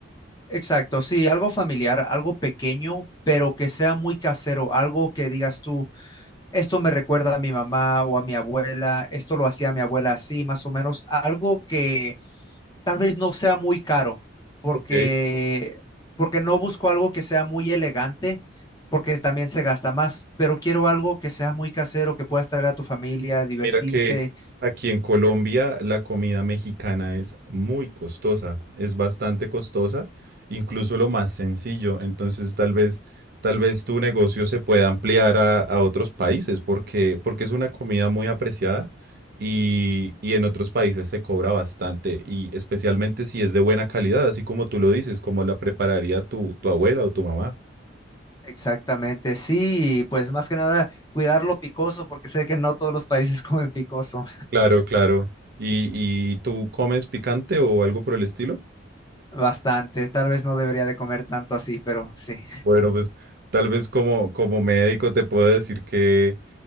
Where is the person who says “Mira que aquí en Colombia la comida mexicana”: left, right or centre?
Right